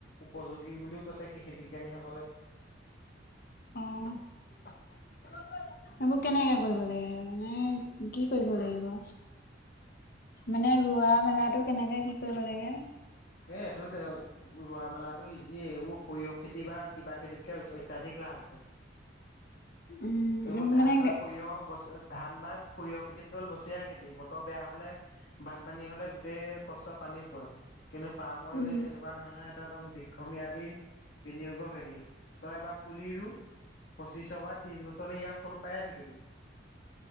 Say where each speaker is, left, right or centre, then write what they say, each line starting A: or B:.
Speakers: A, on the left; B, on the left.
A: উপযোগী বুলিও কৈছে কৃষি বিজ্ঞানীসকলে।
B: অ'। এইবোৰ কেনেকে কৰিব লাগে মানে কি কৰিব লাগিব? মানে ৰোৱা মেলাতো কেনেকে কি কৰিব লাগে?
A: এ তো তে ৰোৱা মেলাতো ইজিয়ে এইবোৰ সৰিয়হ খেতি বা কিবা খেতিতকে অত্যাধিক লাভ আছে।
B: উম।
A: এইবোৰ ধান
B: মানে
A: বা সৰিয়হ ব ধান বা সৰিয়হ খেতি হ'ল বছীয়া খেতি। বতৰ বেয়া হ'লে বানপানী হ'লে গোটেই কষ্ট পানীত পৰে, কিন্তু পামআইল
B: উম।
A: তেনেকুৱা নহয়নহয়। কদম দীৰ্ঘম্যাদী বিনিয়োগৰ খেতি, তই এবাৰ পুলি ৰো পঁচিছৰ পা ত্ৰিশ বছৰলৈ ইয়াৰ ফল পায়ে থাকিবি।